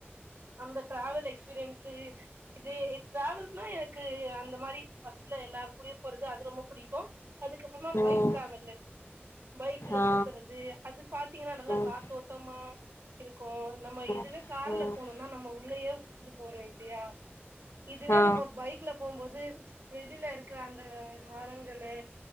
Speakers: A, on the right; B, on the left.
A: அந்த டிராவல் எக்ஸ்பீரியன்ஸ்ஸு இது டிராவல்னா எனக்கு அந்த மாரி பஸ்ல எல்லார கூட போறது அது ரொம்ப புடிக்கு அதுக்கப்புறமா
B: ம்
A: பைக் டிராவல்லு பைக்ல
B: ஆ
A: சுத்துறது அது பாத்தீங்கன்னா நல்லா
B: ம்
A: காத்தோட்டமா இருக்கு நம்ம
B: ம்
A: இதுவே கார்ல
B: ம்
A: <unintelligible> நம்ம உள்ளேயே உட்காந்து போறோ இல்லயா இதுவே
B: ஆ
A: நம்ம பைக்ல போம்போது அது வெளியில இருக்கிற அந்த மரங்களு